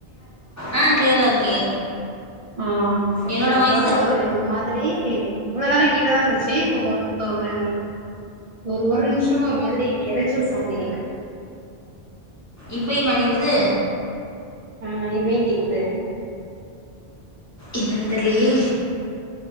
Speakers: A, on the left (about 25°); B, on the right (about 70°).
A: ஆ கிளியரா இருக்கே
B: ஆ செரி
A: என்னோட
B: செரி உங்களோடதுல
A: வாய்ஸு
B: ஒரு மாதிரி இவ்ளோ நாளா கிளியராதா இருந்துச்சி இப்ப இப்ப ஒரு ஒரு ஒரு நிமிஷமா ஒரு மாதிரி இரைச்சல் சவுண்ட் கேக்குது
A: இப்பயுமா கேக்குது
B: ஆ இப்பயு கேக்குது
A: என்னன்னு தெரிலேயே